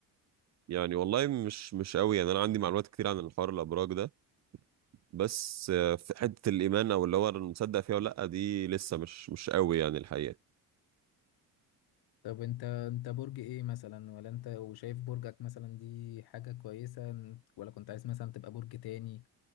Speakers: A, on the right; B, on the left.
A: يعني والله مش مش قوي يعني انا عندي معلومات كتير عن الحوار الابراج ده بس آه، في حته الايمان او اللي هو انا مصدق فيها ولا لا دي لسه مش مش قوي يعني الحقيقه
B: طب انت انت برج ايه مثلا ولا انت وشايف برجك مثلا دي حاجة كويسة ولا كنت عايز مثلا تبقى برج تاني